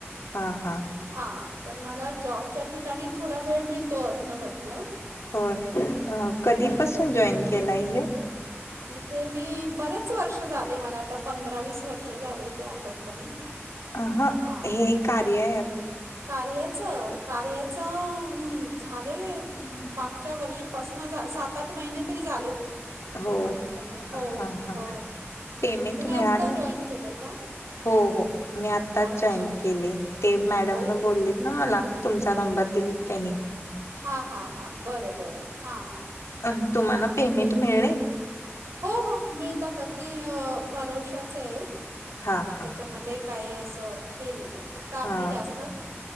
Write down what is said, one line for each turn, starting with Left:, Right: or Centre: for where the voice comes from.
Left: हा हा.
Right: हा. पण मला जॉबच्या ठिकाणी थोडा वेळ मिळतो अधनं मधनं.
Left: होय. अ कधीपासून जॉईन केलाय हे?
Right: इथे मी बरेच वर्ष झाले. मला आता पंधरा वीस वर्ष झालेत ह्या कंपनीत.
Left: अ हं.
Right: हां
Left: हे कार्या ॲप
Right: कार्याचं? कार्याचं हम् झालेय. हुं मागच्या वर्षीपासनं सात आठ महिने तरी झालेत.
Left: हो
Right: कमीत कमी. हो
Left: हां हां
Right: हो.
Left: पेमेंट
Right: तुम्ही
Left: मिळालंय
Right: आत्ता जॉईन केलं का?
Left: हो हो मी आत्ताच
Right: अच्छा
Left: जॉईन
Right: अच्छा
Left: केले. ते मॅडमन
Right: तेच मॅडम बोलले
Left: बोललेत ना मला, तुमचा नंबर दिलीत त्यांनी.
Right: हां हां हां. बरं बरं. हां.
Left: ह तुम्हाला पेमेंट मिळले?
Right: हो हो. मिळतात. अगदी भरवशाच आहे.
Left: हा हा
Right: त्याच्यामध्ये काही असं हे नाही आहे फक्त आपली
Left: हा
Right: जास्त